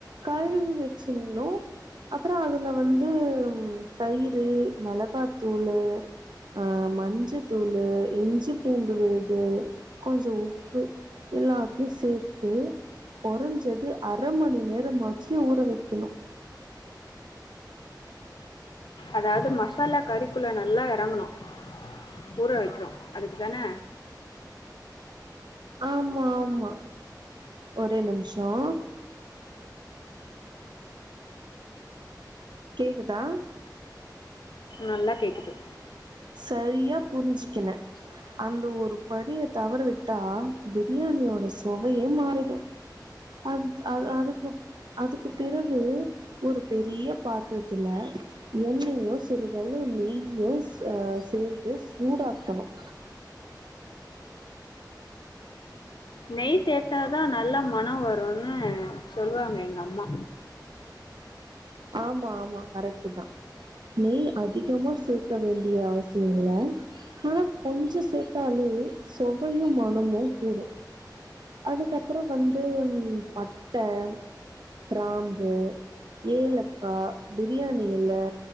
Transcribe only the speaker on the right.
கழுவி வச்சிறனும் அப்புறம் அதுல வந்து தயிர் மிளகாத்தூளு ஆஹ் மஞ்சத்தூளு இஞ்சி பூண்டு விளுது கொஞ்சம் உப்பு எல்லாத்தையும் சேர்த்து குறைஞ்சது அரை மணி நேரமாச்சு ஊற வைக்கணும்
ஆமா ஆமா ஒரே நிமிஷம் கேக்குதா
சரியாக புரிஞ்சிக்கினேன் அந்த ஒரு படியை தவற விட்டா பிரியாணியோட சுவையே மாறிடும் அது அது அது அதுக்கு அதுக்கு பிறகு ஒரு பெரிய பாத்திரத்துல எண்ணெய்யையும் சிறுதவு நெய்யும் அஹ் சேர்த்து சூடாக்கணும்
ஆமா ஆமா கரெக்ட் தான் நெய் அதிகமா சேர்க்க வேண்டிய அவசியம் இல்ல ஆனா கொஞ்சம் சேர்த்தாலே சுவையும் மனமும் கூடும் அதுக்கப்புறம் வந்து பட்டை கிராம்பு ஏலக்காய் பிரியாணி இலை